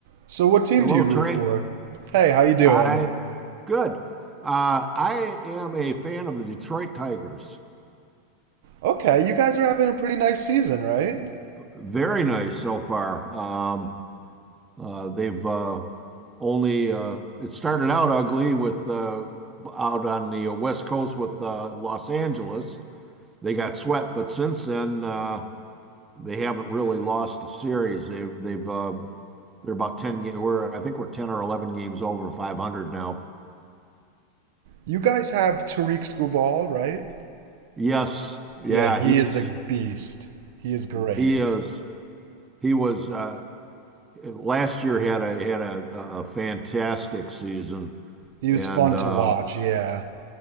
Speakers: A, on the right; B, on the right.
A: So what team
B: Hello,
A: do you root
B: Trey.
A: for? Hey, how you doing?
B: I good. Uh, I am a fan of the Detroit Tigers.
A: Okay, you guys are having a pretty nice season, right?
B: Very nice so far. Um, uh, they've uh, only uh, it started out ugly with uh, out on the uh, West Coast with uh, Los Angeles. They got swept, but since then uh, they haven't really lost a series. They've they've uh, they're about ten. ga- We're I think we're ten or eleven games over five hundred now.
A: You guys have Tariq Skubal, right?
B: Yes, yeah,
A: Yeah, he
B: he's
A: is a beast. He is great.
B: he is. He was uh, last year had a had a, a fantastic season,
A: He
B: and
A: was fun
B: uh,
A: to watch, yeah.